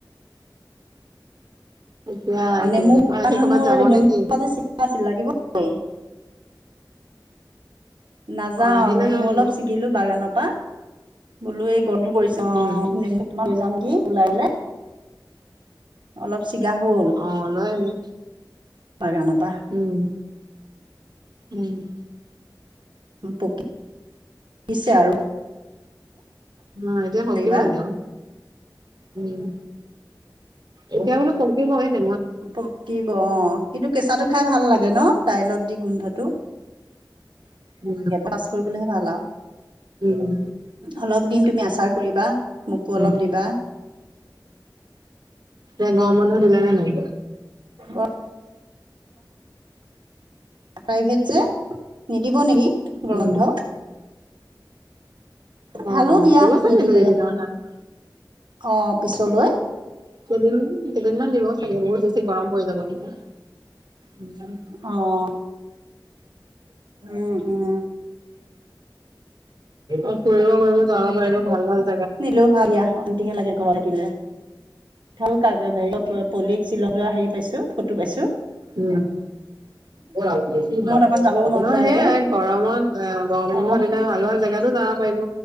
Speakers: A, on the right; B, on the right.
A: এতিয়া
B: অ', নেমু,
A: কি বুলি কয় এতিয়া কৰ'বাত
B: মোৰ
A: যাব
B: নেমু।
A: নে কি?
B: আছিলে লাগিব নেকি? নাযাও,
A: অ আহিলে
B: নেমু
A: লৈ আহিব
B: অলপ ছিগিলোঁ, বাগানৰ পৰা। বোলো এই গোন্ধটো পৰিছে। অ
A: উম্,
B: নেমু তোমাক লৈ যাম কি ওলালে, অলপ চিগা হ'ল।
A: অ', লৈ আহিবি।
B: বাগানৰ পৰা।
A: উম্, উম্।
B: পকি। পকিছে আৰু।
A: অ', এতিয়া
B: আচাৰিবা
A: পকিব আৰু। উম্, এতিয়া বোলো পকিবই ন।
B: পকিব অ', কিন্তু কেঁচাটো খাই ভাল লাগে ন। দাইলত দি গোন্ধটো।
A: উম
B: লাগে পটাছ কৰিবলৈহে ভাল আৰু।
A: উম
B: অলপ দিম তুমি আচাৰ কৰিবা। মোকো অলপ
A: উম্,
B: দিবা
A: এ গৰম বন্ধ দিলনে নাই।
B: ব প্ৰাইভেট যে, নিদিব নেকি গৰম
A: উম
B: বন্ধ।
A: অ
B: ভালো দিয়া
A: দিব চাগে
B: নিদিলে।
A: দুই এদিনৰ কাৰণে
B: অ', পিছলৈ।
A: কেইদিনমান দিব চাগে। বহুত বেছি গৰম হৈ যাব লাগে। উম্।
B: অ উম উম
A: কৰিব কৰিব, যাওঁ যাওঁ মাৰিব।
B: নিদিলেও ভাল দিয়া, অশান্তিহে লাগে ঘৰত থাকিলে। হেৰি পলিক শ্বিলংজোৱা হেৰি পাইছোঁ, ফটো পাইছোঁ।
A: উম্, সেইয়াই গৰমত।
B: অকণ যাবও মন যায়
A: এ
B: যে
A: গৰম বন্ধৰ
B: অ
A: দিলে ভাল, ভাল জেগাতো যাব পাৰিব